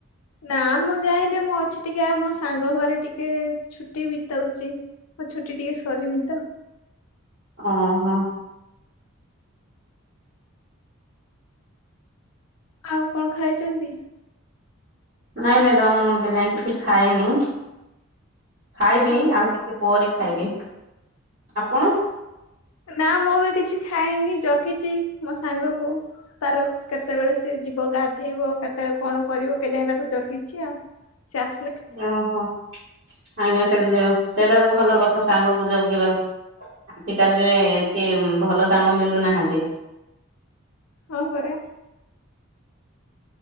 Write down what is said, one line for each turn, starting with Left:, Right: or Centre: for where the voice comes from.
Left: ନା ମୁଁ ଯାଇନି ମୁଁ ଅଛି ଟିକେ ମୋ ସାଙ୍ଗ ଘରେ ଟିକେ ଛୁଟି ବିତଉଛି। ମୋ ଛୁଟି ଟିକେ ସରିନି ତ।
Right: ଓହୋ
Left: ଆଉ କଣ ଖାଇଛନ୍ତି?
Right: ନାଇଁ ମ୍ୟାଡ଼ାମ ମୁଁ ଏବେ ଯାଇ କିଛି ଖାଏନି। ଖାଇବି
Left: ହଁ
Right: ଆଉ ଟିକେ ପରେ ଖାଇବି, ଆପଣ?
Left: ନା ମୁଁ ବି କିଛି ଖାଇନି ଜଗିଛି ମୋ ସାଙ୍ଗ କୁ। ତାର କେତେବେଳେ ସିଏ ଯିବ ଗାଧେଇବ କେତେବେଳେ କଣ କରିବ କେ ଯାଏ ତାକୁ ଜଗିଛି ଆଉ। ସେ ଆସ
Right: ଓହୋ ଆଜ୍ଞା ସେଠ ସେଇଟା ତ ଭଲ କଥା ସାଙ୍ଗକୁ ଜଗିବା। ଆଜ କାଲିରେ ଏତେ ଭଲ ସାଙ୍ଗ ମଲୁନାହାନ୍ତି।
Left: ହଁ ପରା